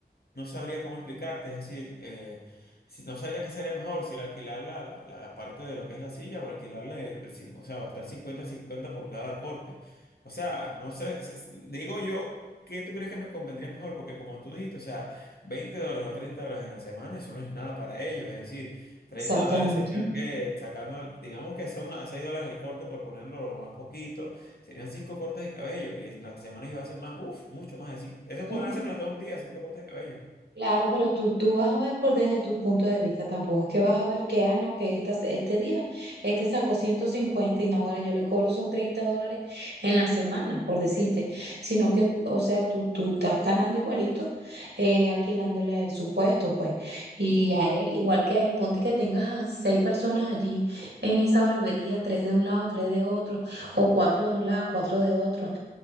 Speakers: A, on the left; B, on the right.
A: No sabría cómo explicarte, es decir, eh, si, no sabría qué sería mejor, si el alquilar la, la, la- la parte de lo que es la silla o alquilarle, el, el cin- o sea, gastar cincuenta cincuenta por cada corte. O sea, no sé, se- se- digo yo, ¿qué tú crees que me convendría mejor? Porque como tú dijiste, o sea, 20 dólares o 30 dólares en la semana, eso no es nada para ellos, es decir, treinta
B: exactamente.
A: dólares serían que sacando, digamos que son a 6 dólares el corte por ponerlo lo más poquito, serían 5 cortes de cabello y en la semana ellos hacen más, uff, mucho más de 5. Eso
B: Tú,
A: podrían hacerlo hasta un día, 5 cortes de cabello.
B: Claro, pero tú, tú vas a ver por desde tu punto de vista, tampoco es que vas a ver que, ah, no, que esta, este día, este sacó 150 y naguará, yo le cobro son 30 dólares en la semana, por decirte, sino que, o sea, tú, tú estás ganando igualito, eh, alquilándole el supuesto, pues, y a él, igual que a él, ponte que tengas a seis personas allí en esa barbería, tres de un lado, tres de otro, o cuatro de un lado, cuatro de otro